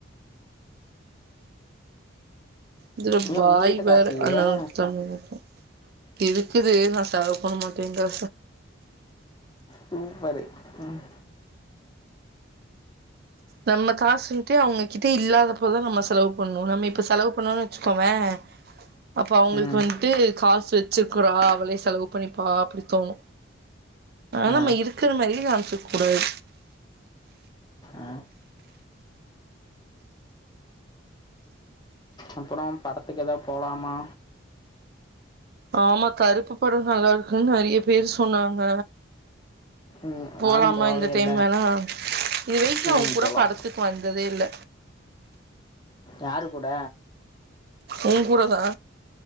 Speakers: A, on the right (about 50°); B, on the left (about 20°).
A: இதுல
B: ஏன்
A: வாய்
B: உங்ககிட்ட
A: வேற
B: காசு இல்லையா
A: அண்ணனுக்கும் தம்பிகளுக்கும் இருக்குது நா செலவு பண்ண மாட்டேன்க்கா
B: சூப்பரு உம்
A: நம்ம காசுன்ட்டு அவங்கிட்டே இல்லாதப்பதா நம்ப செலவு பண்ணனும் நம்ப இப்ப செலவு பண்ணோனு வச்சுக்கோவேன் அப்போ அவுங்களுக்கு
B: ம்
A: வந்துட்டு காசு வச்சிருக்குறா அவளே செலவு பண்ணிப்பா அப்டி தோணு ஆனா
B: ஆ
A: நம்ம இருக்குற மாரியே காம்சிக்க கூடாது
B: ஆ அப்புறம் படத்துக்கு எதா போலாமா
A: ஆமா கருப்பு படம் நல்லா இருக்குன் நறியா பேரு சொன்னாங்க
B: ம்
A: போலாமா
B: நானு போவே
A: இந்த டைம்
B: இல்ல
A: வேனா இதுவரைக்கு
B: ம்
A: நா உன்கூட
B: போலா
A: படத்துக்கு வந்ததே இல்ல
B: யாரு கூட
A: உன்கூடதா